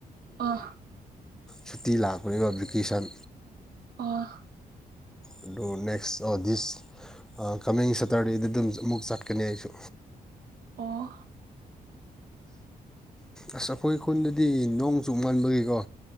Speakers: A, on the right (about 75°); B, in the centre.
A: ꯑꯣ
B: ꯁꯨꯇꯤ ꯂꯥꯛꯄꯅꯤꯕ ꯕꯤꯀꯦꯁꯟ
A: ꯑꯣ
B: ꯑꯗꯨ ꯅꯦꯛꯁ ꯑꯣ ꯗꯤꯁ ꯑ ꯀꯃꯤꯡ ꯁꯦꯇꯔꯗꯦꯗ ꯑꯗꯨꯝ ꯑꯃꯨꯛ ꯆꯠꯀꯅꯤ ꯑꯩꯁꯨ
A: ꯑꯣ
B: ꯑꯁ ꯑꯈꯣꯏ ꯈꯨꯟꯗ ꯗꯤ ꯅꯣꯡ ꯆꯨꯃꯟꯕꯒꯤꯀꯣ